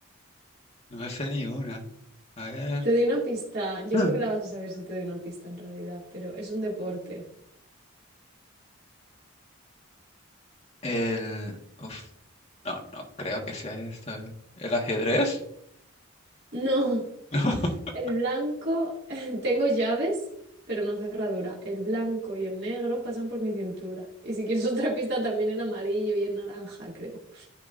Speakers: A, on the left (about 30°); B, on the right (about 50°).
A: no me sé ni una. A ver.
B: Te doy una pista. Yo
A: <clears throat>
B: creo que la vas a saber si te doy una pista en realidad, pero es un deporte.
A: El... Uf, no, no creo que sea esto. ¿El ajedrez?
B: No.
A: <laughs> No.
B: El blanco, <laughs> tengo llaves, pero no cerradura. El blanco y el negro pasan por mi cintura. Y si quieres <laughs> otra pista, también el amarillo y el naranja, creo.